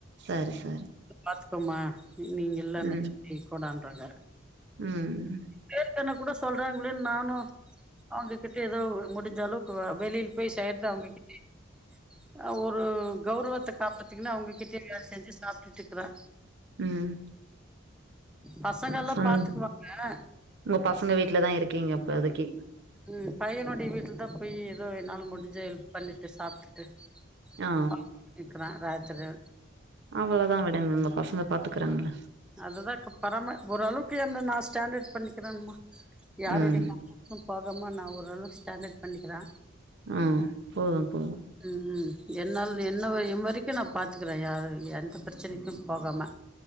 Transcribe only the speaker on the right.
சரி சரி
ம்.
ம்
ம்.
சம்
உங்க பசங்க வீட்டுலதா இருக்கீங்க இப்போதைக்கி
ஆ.
அவளதா விடுங்க உங்க பசங்க பாத்துக்குறாங்கள
ம்.
அ போது போது